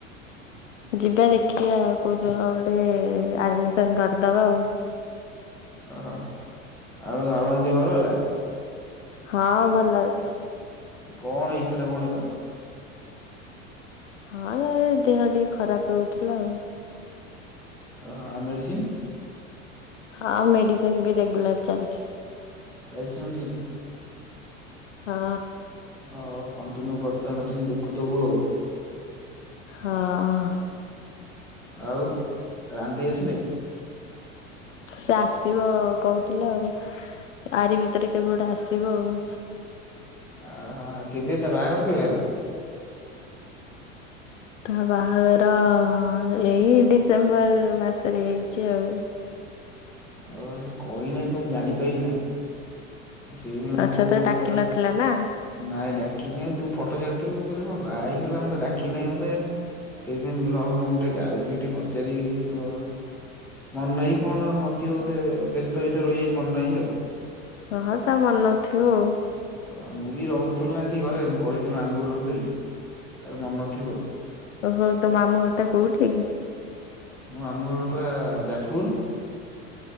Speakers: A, on the left; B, in the centre.
A: ଯିବା ଦେଖିବା କୋଉଦିନ ଗୋଟେ ଆଡମିସନ କରିଦବା ଆଉ ।
B: ଓହୋ ଆଉ ବାବାଙ୍କ ଦେହ ଭଲ ହେଲା?
A: ହଁ ଭଲ ଅଛି ।
B: କଣ ହେଇଥିଲା କଣିବା
A: ହଁ ତା ଦେହ ଟିକେ ଖରାପ ରହୁଥିଲା ଆଉ
B: ଓହୋ ମେଡିସିନ୍?
A: ହଁ ମେଡିସିନ ବି ରେଗୁଲାର ଚାଲିଛି ।
B: ଚାଲିଛି ମେଡ଼ିସିନ୍?
A: ହଁ।
B: ହଉ କଣ୍ଟିନ୍ୟୁ କରୁଥା ମେଡିସିନ ଦେଖୁଥବୁ ଆଉ
A: ହଁ ।
B: ଆଉ ରାନ୍ଧି ଆସିନି
A: ସେ ଆସିବ କହୁଥିଲେ ଆଉ। ଆରିି ଭିତରେ କେବେ ଗୋଟେ ଆସିବ ଆଉ
B: ଓହୋ ଆଉ କେବେ ତା ବାହାଘର କେବେ ହେଲା?
A: ତା ବାହାଘର ଏଇ ଡିସେମ୍ବର ମାସରେ ହେଇଚି ଆଉ।
B: ଓ ସେ କହିନାହିଁ ତୁ ମୁଁ ଜାଣିପାରିଲି ନାଇ। ଆ ସେଇପାଇଁ ମୁଁ
A: ଆଚ୍ଛା
B: ତୁ
A: ତ ଡାକି
B: ଥରେ
A: ନଥିଲା ନା
B: ନାଇଁ ଡାକିନ ତୁ ଫଟୋ ଛାଡି ମୁଁ କହିଲି କଣ ବାହା ହେଇଗଲା ମତେ ଡାକି ନାହିଁ ମୋତେ। ସେଇପାଇଁ କହିଲ ଆଉ ମୁ ଟିକେ ଗାୟତ୍ରୀକୁ ଟିକେ ପଚାରି କଣ ମନ ନାହିଁ କଣ କି ବୋଧେ ବ୍ୟସ୍ତ ଭିତରେ ରହିଯାଇଚି ମନ ନାହିଁ ଆଉ।
A: ହଁ ତା ମନ ନଥିବ ଆଉ।
B: ହ ମୁଁ ବି ରହୁନଥିଲି ନା ଏଠି ଘରେ ପଳେଇଥିଲି ମାମୁଁ ଘରେ ରହୁଥିଲି ତାର ମନ ନଥିବ ଆଉ।
A: ଓହୋ ତୋ ମାମଁ ଘରଟା କୋଉଠି କି?
B: ମୁଁ ଆମ ଘର ପା ଯାଜପୁର।